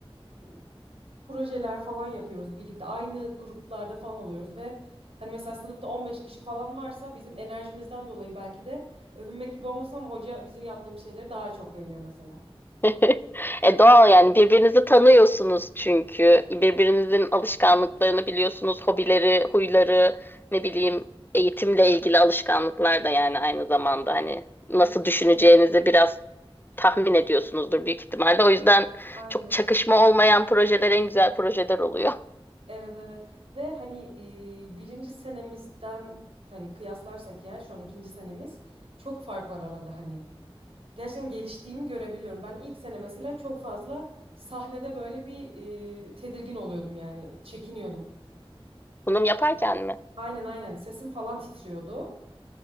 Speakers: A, on the right; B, on the left.
A: e, projeler falan yapıyoruz. Birlikte aynı gruplarda falan oluyoruz ve hani mesela sınıfta 15 kişi falan varsa bizim enerjimizden dolayı belki de övünmek gibi olmasın ama hoca bizim yaptığımız şeyleri daha çok beğeniyor mesela.
B: <laughs> E doğal yani birbirinizi tanıyorsunuz çünkü. Birbirinizin alışkanlıklarını biliyorsunuz. Hobileri, huyları, ne bileyim eğitimle ilgili alışkanlıklar da yani aynı zamanda hani nasıl
A: Hı hı.
B: düşüneceğinizi biraz tahmin ediyorsunuzdur büyük ihtimalle. O yüzden
A: Aynen.
B: çok çakışma olmayan projeler en güzel projeler oluyor.
A: Evet evet ve hani e, birinci senemizden hani kıyaslarsak ya şu an ikinci senemiz çok fark var arada hani. Gerçekten geliştiğimi görebiliyorum. Ben ilk sene mesela çok fazla sahnede böyle bir e, tedirgin oluyordum yani çekiniyordum.
B: Sunum yaparken mi?
A: Aynen aynen sesim falan titriyordu.